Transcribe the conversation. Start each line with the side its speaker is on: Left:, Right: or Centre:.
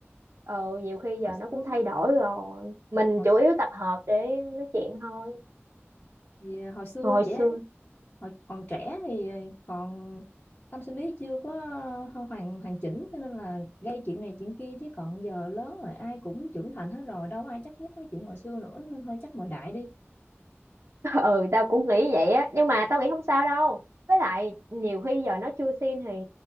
Right: ừ nhiều khi giờ
Left: hồi xưa
Right: nó cũng thay đổi rồi mình
Left: hồi
Right: chủ yếu
Left: xưa
Right: tập hợp để nói chuyện thôi
Left: thì ờ, hồi xưa
Right: hồi
Left: trẻ
Right: xưa
Left: hồi còn trẻ thì ờ, còn tâm sinh lý chưa có ờ, hoàn hoàn chỉnh cho nên là gây chuyện này chuyện kia chứ còn giờ lớn rồi ai cũng trưởng thành hết rồi đâu có ai chấp nhất mấy chuyện hồi xưa nữa nên hơi chắc mời đại đi
Right: <laughs> ừ tao cũng nghĩ vậy á nhưng mà tao nghĩ không sao đâu với lại nhiều khi giờ nó chưa xin thì